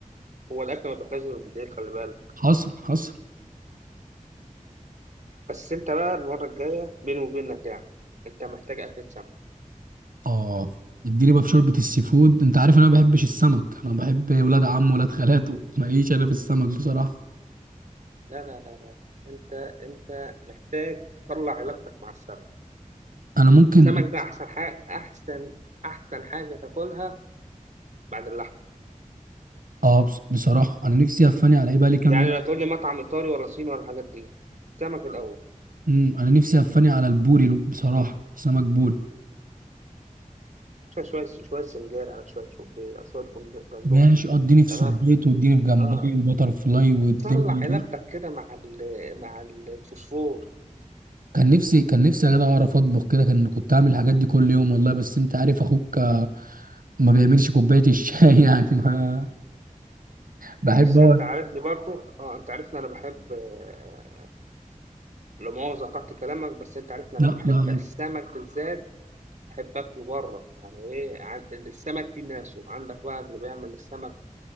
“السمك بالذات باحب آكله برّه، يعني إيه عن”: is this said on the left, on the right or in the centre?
Right